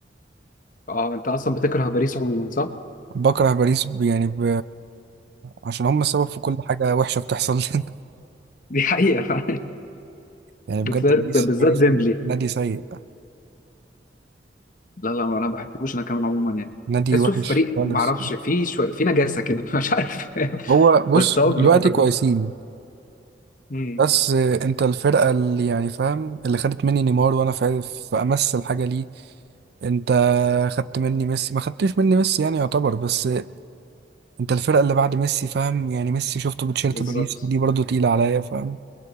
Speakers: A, on the left; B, on the right.
A: اه انت اصلا بتكره باريس عموما صح؟ <laughs>
B: بكره باريس ب- يعني ب... عشان هم السبب في كل حاجه وحشه بتحصل <laughs> لنا
A: دي حقيقة فعلا
B: يعني
A: بالذات
B: بجد باريس
A: بالذات
B: باريس
A: ديمبلي
B: نادي سيء
A: لا لا ما انا ما بحبوش انا كمان عموما يعني
B: نادي
A: تحسه
B: وحش
A: في فريق
B: خالص
A: ما اعرفش فيه شوية في نجاسة كده <laughs> مش عارف
B: هو بص
A: بس هو
B: دلوقتي
A: بحبه
B: كويسين
A: امم
B: بس انت الفرقه اللي يعني فاهم اللي خدت مني نيمار وانا في في امس الحاجه ليه انت خدت مني ميسي ما خدتش مني ميسي يعني يعتبر بس انت الفرقه اللي بعد ميسي فاهم يعني ميسي شفته بتشيرت
A: بالظبط
B: باريس دي برضه تقيله عليا فاهم